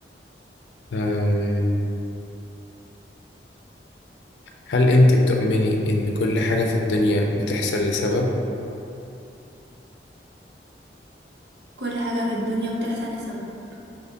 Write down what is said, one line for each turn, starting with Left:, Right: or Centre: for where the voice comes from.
Left: أم، هل انت بتؤمني ان كل حاجة في الدنيا بتحصل لسبب؟
Right: كل حاجة في الدنيا بتحصل لسبب